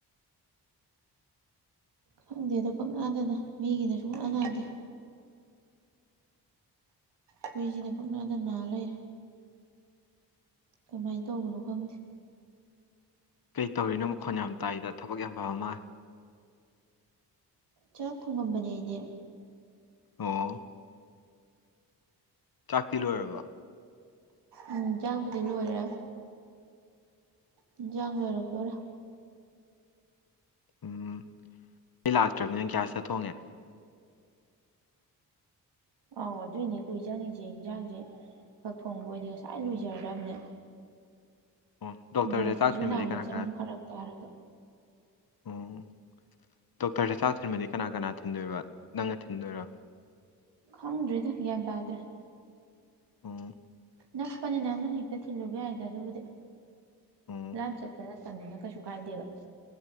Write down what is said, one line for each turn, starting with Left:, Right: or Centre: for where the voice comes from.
Right: ꯈꯪꯗꯦꯗ ꯄꯪ ꯅꯥꯗ ꯅꯥꯢ ꯃꯤꯒꯤꯅ ꯁꯨꯡꯅꯥ ꯅꯥꯥꯗꯦ ꯈꯣꯏꯖꯤꯅ ꯄꯪꯅꯥꯗ ꯅꯥ ꯂꯩꯔꯦ ꯀꯃꯥꯏ ꯇꯧꯕꯅꯣ ꯈꯪꯗꯦ
Left: ꯀꯩ ꯇꯧꯔꯤꯅꯣ ꯃꯈꯣꯟ ꯌꯥꯝ ꯇꯥꯏꯗ ꯊꯕꯛ ꯌꯥꯝ ꯐꯕ ꯃꯥ
Right: ꯆꯥꯛ ꯊꯣꯡꯉꯝꯕꯅꯦ ꯑꯩꯗꯤ
Left: ꯑꯣ ꯆꯥꯛꯇꯤ ꯂꯣꯏꯔꯕ
Right: ꯎꯝ ꯆꯥꯛꯕꯨꯗꯤ ꯂꯣꯏꯔꯦ ꯍꯤꯟꯖꯥꯡ ꯂꯣꯏꯔꯛꯗꯣꯔꯦ
Left: ꯎꯝ ꯃꯩ ꯂꯥꯛꯇ꯭ꯔꯥꯃꯤꯅ ꯒꯌꯥꯁꯇ ꯊꯣꯡꯉꯦ
Right: ꯑꯧ ꯑꯗꯨꯏꯅꯦ ꯀꯨꯏ ꯆꯪꯉꯤꯁꯦ ꯌꯦꯟꯖꯥꯡꯁꯦ ꯈꯛ ꯊꯣꯡꯕ ꯑꯣꯏꯗꯤ ꯉꯁꯥꯏ
Left: ꯎꯝ
Right: ꯂꯣꯏꯖꯔꯗꯕꯅꯦ
Left: ꯑꯣ ꯗꯣꯛꯇꯔꯗ
Right: ꯒ꯭ꯌꯥꯁꯁꯤꯁꯨ
Left: ꯆꯥꯛ ꯊꯤꯟꯕꯗꯤ
Right: ꯅꯥꯝꯃꯁꯦ
Left: ꯀꯅꯥ ꯀꯅꯥ
Right: ꯑꯃꯨꯛ ꯐꯔꯛ ꯇꯥꯔꯕ
Left: ꯎꯝ ꯗꯣꯛꯇꯔ ꯆꯥꯛ ꯊꯤꯟꯕꯗꯤ ꯀꯅꯥ ꯀꯅꯥ ꯊꯤꯟꯗꯣꯏꯕ ꯅꯪꯅ ꯊꯤꯟꯗꯣꯏꯔꯣ
Right: ꯈꯪꯗ꯭ꯔꯦꯗ ꯒ꯭ꯌꯥꯟ ꯇꯥꯗ꯭ꯔꯦ
Left: ꯑꯣ
Right: ꯅꯛꯄꯅꯤꯅ ꯑꯃꯅ ꯍꯦꯛꯇ ꯊꯤꯜꯂꯨꯕ ꯌꯥꯏꯗ ꯑꯗꯨꯕꯨꯗꯤ
Left: ꯎꯝ
Right: ꯂꯥꯝ ꯆꯠꯄ ꯅꯠꯇꯝꯅꯤꯅ ꯀꯩꯁꯨ ꯀꯥꯏꯗꯦꯕ